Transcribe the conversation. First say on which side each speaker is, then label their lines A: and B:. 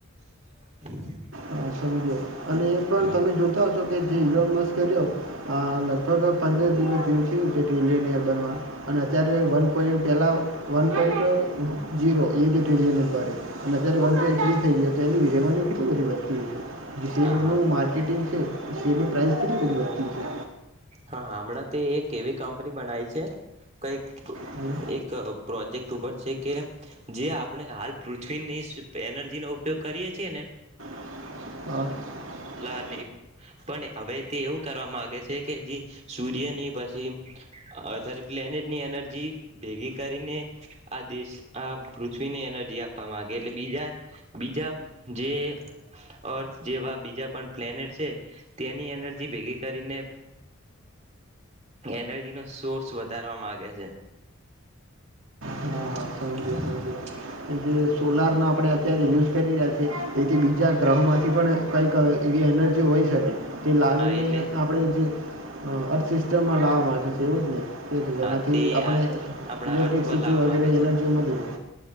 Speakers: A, on the right; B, on the right.
A: <inaudible>
B: હા સમજયો અને એ પણ
A: હમ
B: તમે જોતા હશો કે જે ઈલોન મસ્ક કર્યો હ લગભગ પંદર <unintelligible> ટ્રીલિયનેર બનવા અને અત્યારે વન પોઈન્ટ પહેલાં one point zero eight trillion ભાડે અને અત્યારે વન પોઈન્ટ થ્રી થઈ ગયો તો એની રેવન્યુ કેટલી બધી <inaudible> જે શેર
A: હા હા
B: નું માર્કેટિંગ છે. શેરની પ્રાઇસ કેટલી બધી વધતી છે.
A: હા હમણાં તે એક એવી કંપની બનાવી છે કઈક
B: હમ
A: એક પ્રોજેક્ટ ઉપર છે કે જે આપણે હાલ પૃથ્વીની એનર્જી નો ઉપયોગ કરીએ છીએ ને
B: હ
A: ને પણ હવે તે એવું કરવા માંગે છે. કે જે સૂર્યની પછી અધર પ્લેનેટની એનર્જી ભેગી કરીને આ દેશ આ પૃથ્વીની એનર્જી આપવા માંગે એટલે બીજા બીજા જે અર્થ જેવા બીજા પણ પ્લેનેટ છે તેની એનર્જી ભેગી કરીને એનર્જી નો સોર્સ વધારવા માગે છે
B: હા હા
A: <inaudible>
B: સમજ્યો સમજ્યો જે સોલાર નો આપણેે અત્યારે યુ કરી રહ્યા છે જેથી બીજા ગ્રહોમાંથી પણ કંઈક એવી એનર્જી હોઈ શકે તે
A: હા
B: લાવીને
A: એટલે
B: આપણે જે અર્થ સિસ્ટમમાં લાવ મા જે એવું જ નઈ તે જીનાથી
A: હા
B: આપણે
A: આ આપણા
B: ઇલેક્ટ્રસિટી
A: અર્થ પર લાવવા
B: વગેરે
A: માંગે છે
B: એનર્જી મળી રહે